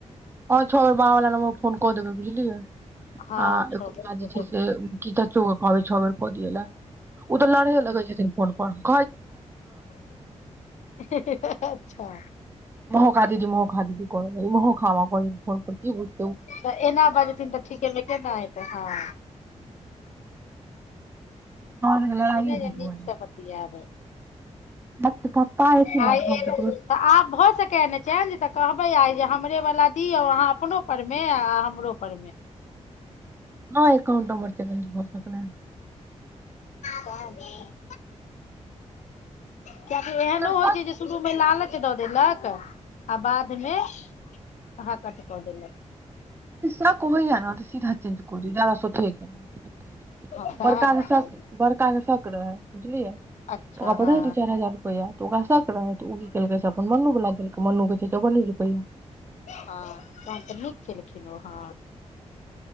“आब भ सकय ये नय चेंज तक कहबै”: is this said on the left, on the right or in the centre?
Left